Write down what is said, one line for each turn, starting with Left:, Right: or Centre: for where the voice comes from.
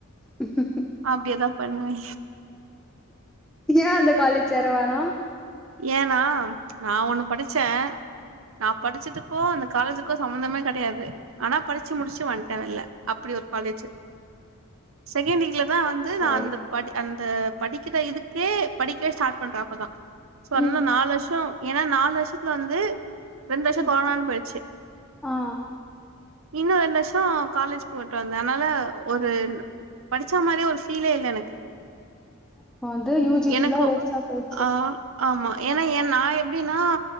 Centre: ம் ம்
Right: அப்டி எதாவது பண்ணுவே
Centre: ஏ அந்த காலேஜ் சேர வேணா
Right: ஏனா நா ஒன்னு படிச்சே நா படிச்சதுக்கோ அந்த காலேஜூக்கோ சம்பந்தமே கெடையாது ஆனா படிச்சி முடிச்சி வன்டே வெளில அப்டி ஒரு காலேஜு செகண்ட் வீக்ல தா வந்து
Centre: சேரி
Right: நா அந்த படி அந்த படிக்கிற இதுக்கே படிக்கவே ஸ்டார்ட் பண்ற அப்பதா சொன்ன
Centre: ம்
Right: நாலு வருஷோ ஏன்னா நாலு வருஷத்துல இருந்து ரெண்டு வருஷம்
Centre: ம்
Right: கொரோனானு போயிடுச்சி
Centre: ஆ ஆ
Right: இன்னு ரெண்டு வருஷோ காலேஜ் போய்ட்டு வந்தே அதனால ஒரு படிச்சா மாதிரி ஒரு ஃபீலே இல்ல எனக்கு
Centre: இப்ப வந்து யூஜி ஃபுல்லா
Right: எனக்கு
Centre: வேஸ்டா போயிடுச்சு
Right: ஆ ஆமா என்னா என் நா எப்டின்னா